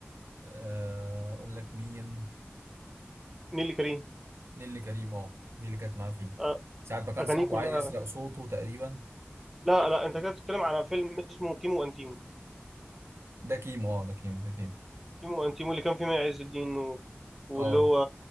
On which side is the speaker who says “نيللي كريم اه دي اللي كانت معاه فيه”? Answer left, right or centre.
Right